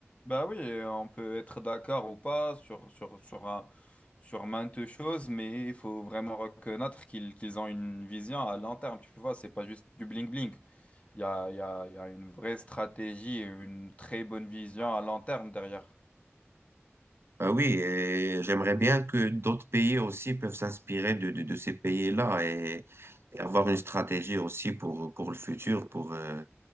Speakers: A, on the left; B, on the right.
A: Bah oui, et on peut être d'accord ou pas sur, sur, sur, un- sur maintes choses, mais il faut vraiment reconnaître qu'ils qu'ils ont une vision à long terme. Tu vois, c'est pas juste du bling-bling. Il y a, il y a, il y a une vraie stratégie et une très bonne vision à long terme derrière.
B: Ben oui, et j'aimerais bien que d'autres pays aussi peuvent s'inspirer de, de, de ces pays-là et, et avoir une stratégie aussi pour, pour le futur, pour, euh,